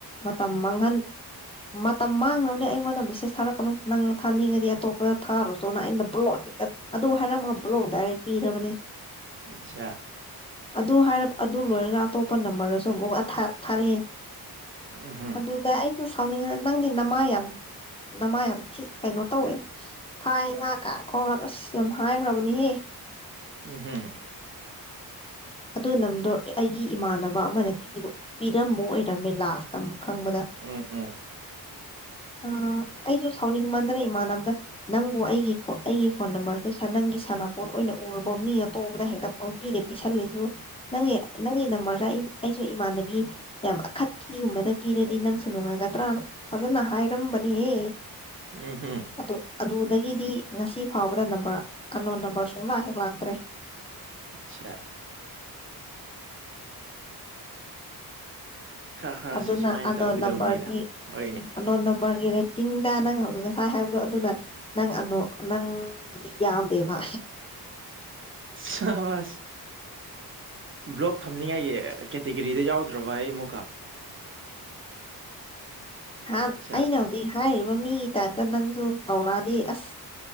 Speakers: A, on the left (about 15°); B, on the right (about 35°).
A: ꯃꯇꯝ ꯃꯥꯡꯍꯟ ꯃꯇꯝ ꯃꯥꯡꯅꯕꯅꯦ ꯑꯩꯉꯣꯟꯗ ꯃꯦꯁꯦꯁ ꯊꯥꯔꯛꯀꯅꯨ ꯅꯪꯅ ꯊꯥꯅꯤꯡꯉꯗꯤ ꯑꯇꯣꯞꯄꯗ ꯊꯥꯔꯨꯆꯣꯅ ꯑꯩꯅ ꯕꯂꯣꯛ ꯍꯦꯛꯇꯥ ꯑꯗꯨ ꯍꯥꯏꯔꯝꯃ ꯕ꯭ꯂꯣꯛ ꯗꯥꯏꯔꯦꯛ ꯄꯤꯔꯕꯅꯦ
B: ꯑꯠꯆꯥ
A: ꯑꯗꯨ ꯍꯥꯏꯔꯞ ꯑꯗꯨ ꯂꯣꯏꯔꯒ ꯑꯇꯣꯞꯄ ꯅꯝꯕꯔꯗꯁꯨ ꯑꯃꯨꯛ ꯊꯥꯔꯛ ꯊꯥꯔꯛꯑꯦ
B: ꯎꯝꯍꯨꯝ
A: ꯑꯗꯨꯗ ꯑꯩꯁꯨ ꯁꯥꯎꯅꯤꯡꯉ ꯅꯪꯗꯤ ꯅꯃꯥꯏ ꯌꯥꯝ ꯅꯃꯥꯏ ꯌꯥꯝ ꯊꯤ ꯀꯩꯅꯣ ꯇꯧꯋꯦ ꯍꯥꯏꯅ ꯀꯣ ꯑꯁ ꯌꯥꯝ ꯍꯥꯏꯈ꯭ꯔꯕꯅꯤꯍꯦ
B: ꯎꯝ ꯍꯝ
A: ꯑꯗꯨ ꯅꯝꯕꯔꯗꯣ ꯑꯩꯒꯤ ꯏꯃꯥꯟꯅꯕ ꯑꯃꯅ ꯄꯤꯕ ꯄꯤꯔꯝꯕ ꯑꯣꯏꯔꯝꯃꯦ ꯂꯥꯁ ꯇ ꯈꯪꯕꯗ
B: ꯎꯝ ꯎꯝ
A: ꯑ ꯑꯩꯁꯨ ꯁꯥꯎꯅꯤꯡ ꯃꯟꯗꯅ ꯏꯃꯥꯟꯅꯕꯗ ꯅꯪꯕꯨ ꯑꯩꯒꯤ ꯑꯩꯒꯤ ꯐꯣꯟ ꯅꯝꯕꯔ ꯁꯦ ꯅꯪꯒꯤ ꯁꯥꯟꯅꯄꯣꯠ ꯑꯣꯏꯅ ꯎꯔꯕꯣ ꯃꯤ ꯑꯇꯣꯞꯄꯗ ꯍꯦꯛꯇ ꯄꯪꯄꯤꯗ ꯄꯤꯁꯜꯂꯤ ꯑꯩꯁꯨ ꯅꯪꯒꯤ ꯅꯪꯒꯤ ꯅꯝꯕꯔꯗ ꯑꯩ ꯑꯩꯁꯨ ꯏꯃꯥꯟꯅꯕꯤ ꯌꯥꯝ ꯑꯈꯠꯄꯤ ꯑꯃꯗ ꯄꯤꯔꯗꯤ ꯅꯪꯁꯨ ꯅꯨꯡꯉꯥꯏꯒꯗ꯭ꯔꯅ ꯐꯖꯅ ꯍꯥꯏꯔꯝꯕꯅꯤꯍꯦ
B: ꯎꯝ ꯍꯝ
A: ꯑꯗꯨ ꯑꯗꯨꯗꯒꯤꯗꯤ ꯉꯁꯤ ꯐꯥꯎꯕꯗ ꯅꯝꯕꯔ ꯑꯟꯅꯣꯟ ꯅꯝꯕꯔ ꯁꯨꯡꯂꯥꯛ ꯍꯦꯛ ꯂꯥꯛꯇ꯭ꯔꯦ
B: ꯑꯆꯥ ꯈꯔ ꯈꯔꯁꯨ
A: ꯑꯗꯨꯅ
B: ꯁꯨꯃꯥꯏꯅ
A: ꯑꯟꯅꯣꯟ
B: ꯇꯧꯒꯗꯧꯕꯅꯤꯗ
A: ꯅꯝꯕꯔꯒꯤ
B: ꯍꯣꯏꯅꯦ
A: ꯑꯟꯅꯣꯟ ꯅꯝꯕꯔꯒꯤ ꯔꯦ ꯇꯤꯡꯗ ꯅꯪ ꯍꯧꯛ ꯉꯁꯥꯏ ꯍꯥꯏꯕꯗꯣ ꯑꯗꯨꯅ ꯅꯪ <unintelligible> ꯅꯪꯕꯨꯗꯤ ꯌꯥꯎꯗꯦꯕ
B: ꯁꯕꯥꯁ ꯕ꯭ꯂꯣꯛ ꯊꯝꯅꯤꯡꯉꯥꯏꯒꯤ ꯀꯦꯇꯤꯒꯣꯔꯤꯗ ꯌꯥꯎꯗ꯭ꯔꯕ ꯑꯩ ꯑꯃꯨꯛꯀ
A: ꯍꯥ
B: ꯆꯥꯔꯦ
A: ꯑꯩꯅ ꯍꯧꯖꯤꯛ ꯍꯥꯏꯔꯤꯕ ꯃꯤꯒꯤ ꯇꯥꯏꯞꯇ ꯅꯪꯁꯨ ꯇꯧꯔꯛꯑꯗꯤ ꯑꯁ